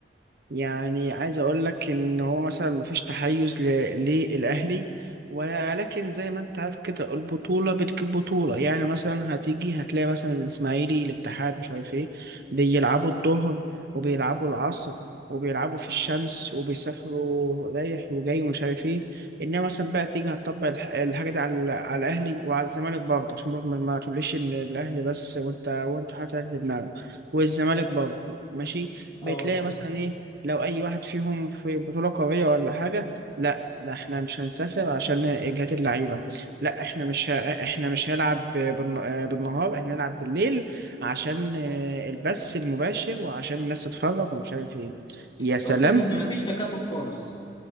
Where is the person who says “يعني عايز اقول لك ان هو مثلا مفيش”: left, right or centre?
Right